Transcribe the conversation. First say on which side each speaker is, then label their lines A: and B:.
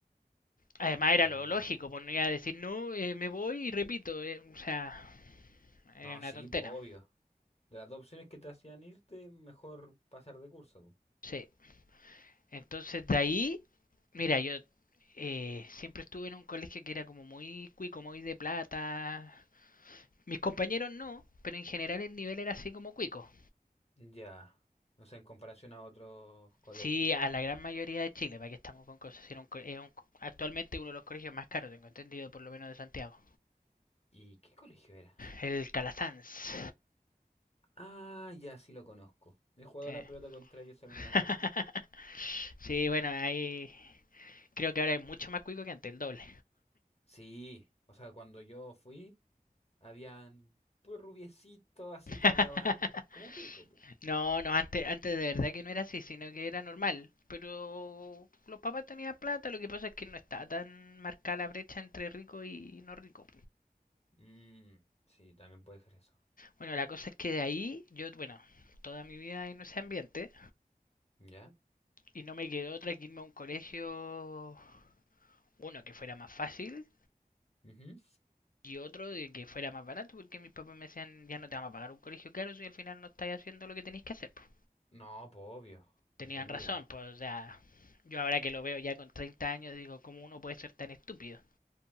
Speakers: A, on the left (about 65°); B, on the left (about 40°).
A: Además era
B: Mm,
A: lo lógico, pues no iba a decir, no, eh, me voy y repito, eh, o sea, era
B: no,
A: una
B: sí,
A: tontera.
B: pues obvio. De las dos opciones que te hacían irte, mejor pasar de curso, po.
A: Sí, entonces de ahí, mira, yo eh, siempre estuve en un colegio que era como muy cuico, muy de plata. Mis compañeros no, pero en general el nivel era así como cuico.
B: Ya, no sé, en comparación a otros colegios.
A: Sí, a la gran mayoría de Chile, para que estamos con cosas. Era un co- es un- actualmente uno de los colegios más caros, tengo entendido, por lo menos de Santiago.
B: ¿Y qué colegio era?
A: El Calasanz.
B: Ah, ya sí lo conozco. He jugado
A: Sí.
B: a la pelota contra ellos algunas
A: <laughs>
B: veces.
A: Sí, bueno, ahí creo que ahora es mucho más cuico que antes, el doble.
B: Sí, o sea, cuando yo fui, habían pues rubiecitos, así
A: <laughs>
B: que hablaban como cuico, po.
A: No, no, antes, antes de verdad que no era así, sino que era normal. Pero los papás tenían plata, lo que pasa es que no estaba tan marcada la brecha entre rico y no rico.
B: Mm, sí, también puede ser eso.
A: Bueno, la cosa es que de ahí, yo, bueno, toda mi vida en ese ambiente,
B: ¿Ya?
A: Y no me quedó otra que irme a un colegio, uno que fuera más fácil
B: Ujú.
A: y otro de que fuera más barato, porque mis papás me decían, ya no te vamos a pagar un colegio caro si al final no estáis haciendo lo que tenéis que hacer. pues
B: No, pues obvio,
A: Tenían
B: entendible.
A: razón, pues, o sea, yo ahora que lo veo ya con treinta años digo, ¿cómo uno puede ser tan estúpido?